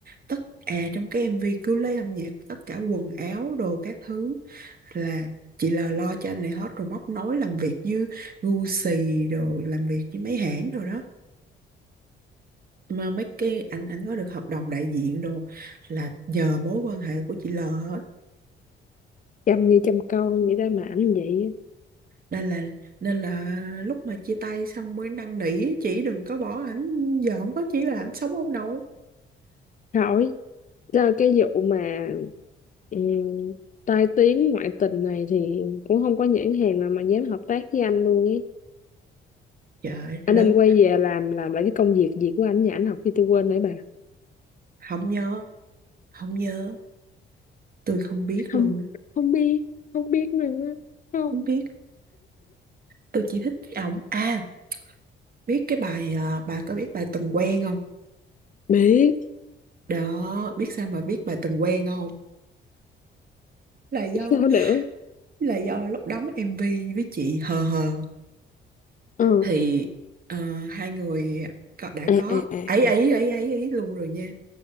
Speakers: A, on the right; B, on the left.
A: tất à trong cái MV cứ lấy âm nhạc tất cả quần áo đồ các thứ là chị L lo cho anh này hết rồi móc nối làm việc với Gucci đồ làm việc với mấy hãng rồi đó mà mấy cái anh anh có được hợp đồng đại diện đồ là nhờ mối quan hệ của chị L hết
B: chăm như chăm con vậy ra mà ảnh vậy
A: nên là nên là lúc mà chia tay xong mới năn nỉ chị đừng có bỏ ảnh giờ không có chỉ là ảnh sống không nổi
B: á. hỏi ra cái vụ mà ừm, tai tiếng ngoại tình này thì cũng không có nhãn hàng nào mà dám hợp tác với anh luôn ấy
A: Trời ơi,
B: anh
A: lớn
B: nên quay về làm làm lại cái công việc gì của anh nhà anh học thì tôi quên nãy bà
A: không nhớ không nhớ tôi không biết
B: không
A: luôn á.
B: không biết không biết nữa không
A: không biết tôi chỉ thích ổng à biết cái bài à, bà có biết bài từng quen không
B: biết
A: đó biết sao mà biết bài từng quen không là do
B: sao nữa
A: là do lúc đóng MV với chị hờ hờ
B: ừ
A: thì ờ, hai người có- đã
B: à à
A: có
B: à
A: ấy ấy
B: à
A: ấy ấy ấy luôn rồi nha